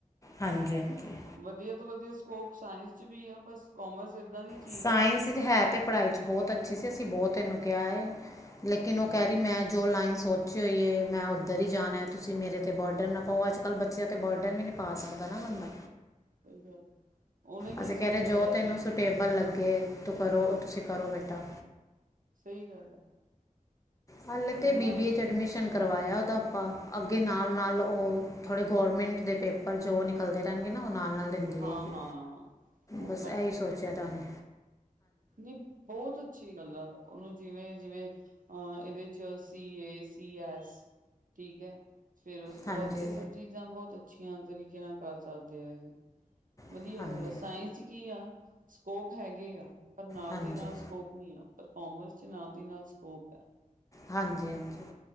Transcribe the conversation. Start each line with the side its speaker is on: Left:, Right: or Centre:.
Left: ਹਾਂਜੀ-ਹਾਂਜੀ
Right: ਵਧੀਆ ਤੋਂ ਵਧੀਆ ਸਕੋਪ ਸਾਇੰਸ ਚ ਵੀ ਆ ਬਸ ਕੋਮਰਸ ਇਦਾਂ ਦੀ ਚੀਜ਼
Left: ਸਾਇੰਸ
Right: ਆ
Left: ਹੈ ਤੇ ਪੜ੍ਹਾਈ ਚ ਬਹੁਤ ਅੱਛੀ ਸੀ ਅਸੀਂ ਬਹੁਤ ਇਨੂੰ ਕਿਹਾ ਹੈ ਲੇਕਿਨ
Right: ਹੂੰ।
Left: ਉਹ ਕਹਿ ਰਹੀ ਮੈਂ ਜੋ ਲਾਈਨ ਸੋਚੀ ਹੋਈ ਹੈ ਮੈਂ ਉੱਧਰ ਹੀ ਜਾਣਾ ਤੁਸੀਂ ਮੇਰੇ ਤੇ ਬਰਡਰ ਨਾ ਪਓ ਅੱਜ ਕੱਲ੍ਹ ਬੱਚਿਆ ਤੇ ਬੋ ਡਨ ਵੀ ਨੀ ਪਾ ਸਕਦਾ ਨਾ ਬੰਦਾ।
Right: ਸਈ ਗੱਲ। ਉਹਨੇ ਕੀ
Left: ਅਸੀ
Right: ਸੋਚਿਆ
Left: ਕਹਿ ਰਹੇ ਜੋ
Right: ਹੋਇਆ
Left: ਤੈਨੂੰ
Right: ਵੀ
Left: ਸੁਟੇਬਲ ਲੱਗੇ ਤੂੰ ਕਰੋ ਤੁਸੀਂ ਕਰੋ ਬੇਟਾ।
Right: ਸਹੀ ਗੱਲ ਆ।
Left: ਹਾਲੇ ਤੇ
Right: ਉਹਨਾਂ
Left: ਬੀ
Right: ਨੇ
Left: ਬੀ
Right: ਕੀ
Left: ਏ ਚ ਐਡਮਿਸ਼ਨ
Right: ਸੋਚਿਆ।
Left: ਕਰਵਾਇਆ ਓਦਾ ਆਪਾ। ਅੱਗੇ ਨਾਲ-ਨਾਲ ਓ ਥੋੜ੍ਹੇ ਗੌਰਮੈਂਟ ਦੇ ਪੇਪਰ ਜੋ ਨਿਕਲਦੇ ਰਹਿਣਗੇ ਨਾ ਔ ਨਾਲ-ਨਾਲ ਦੇੰਦੀ
Right: ਹਾਂ
Left: ਰੇਗੀ
Right: ਹਾਂ ਉਹ
Left: ਬਸ ਐ ਈ ਸੋਚੇਆ ਦਾ ਓਨੇ।
Right: ਨੀ ਬੋਤ ਅੱਛੀ ਗੱਲ ਆ ਓਨੂੰ ਜਿਵੇਂ-ਜਿਵੇਂ ਅਹ ਇਹਦੇ ਚ ਸੀਏ, ਸੀ ਐਸ ਠੀਕ ਹੈ ਫੇਰ ਉਸ ਤੋਂ
Left: ਹਾਂਜੀ
Right: ਬਾਅਦ ਇਹ ਸਭ ਚੀ ਜਾ ਬਹੁਤ ਅੱਛੀਆਂ ਤਰੀਕੇ ਨਾਲ ਕਰ ਸਕਦੇ ਆ ਇਹ ਵਧੀਆ
Left: ਹਾਂਜੀ
Right: ਗੱਲ ਆ ਸਾਇੰਸ ਚ ਕੀ ਆ ਸਕੋਪ ਹੈਗੇ ਆ ਪਰ ਨਾਲ
Left: ਹਾਂਜੀ
Right: ਦੀ ਨਾਲ ਸਕੋਪ ਨੀ ਹੈ ਪਰ ਕੋਮਰਸ ਚ ਨਾਲ ਦੀ ਨਾਲ ਸਕੋਪ ਆ।
Left: ਹਾਂਜੀ-ਹਾਂਜੀ